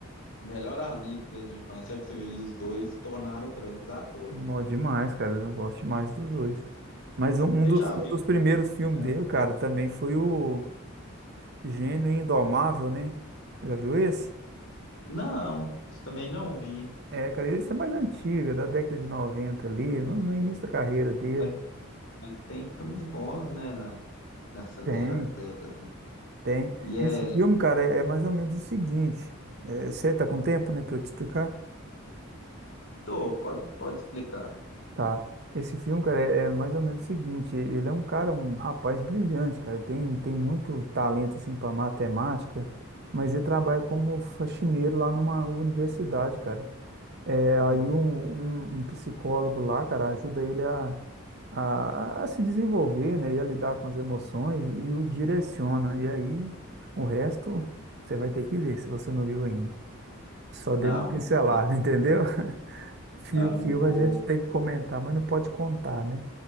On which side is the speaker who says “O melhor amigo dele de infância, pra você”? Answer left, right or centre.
Left